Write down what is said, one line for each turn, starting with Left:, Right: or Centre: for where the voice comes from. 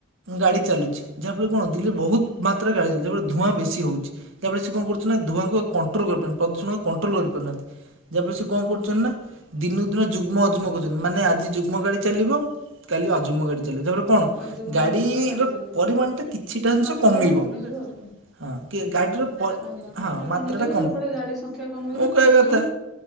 Right: ଗାଡି ଚାଲୁଛି ଯାହା ଫଳରେ କଣ ଦିଲ୍ଲୀରେ ବହୁତ ମାତ୍ରାରେ ଗାଡି ଚାଲଛି ଯାହାଫ ଧୂଆଁ ବେଶୀ ହଉଛି। ଯାରେ ସେ କଣ କରୁଛନ୍ତି ନା ଧୂଆଁଙ୍କୁ କଣ୍ଟ୍ରୋଲ କରିପାର ପ୍ରଦୂଷଣ କଣ୍ଟ୍ରୋଲ କରିପାରୁନାହାନ୍ତି ଯାହାଫଳରେ ସେ କଣ କରୁଛନ୍ତି ନା ଦିନକୁ ଦିନ ଯୁଗ୍ମ ଅଯୁଗ୍ କରୁଛନ୍ତି ମାନେ ଆଜି ଯୁଗ୍ମ ଗାଡି ଚାଲିବ କାଲି ଅଜୁଗମ ଗାଡି ପରେ କଣ
Centre: ଅଯୋଗ
Right: ଗାଡିର
Centre: ନମ୍ବର ଗାଡି ଚାଲିବ
Right: ପରିମାଣ ଟା କିଛିଟା ଜିନିଷ
Centre: ମାତ୍ରା
Right: କମିବ
Centre: ଟା କମିଯିବ ଆଉ
Right: ହଁ। ଗାଡ଼ିର ପ
Centre: ଆଜ୍ଞା ମାତ୍ରା
Right: ହଁ
Centre: କମିଯିବ
Right: ମାତ୍ରାଟା
Centre: ଯାହାଫଳରେ ଗାଡି ସଂଖ୍ୟା କମିଗଲେ
Right: ମୋ କହିବା
Centre: ପ୍ରଦୂଷଣ
Right: କଥା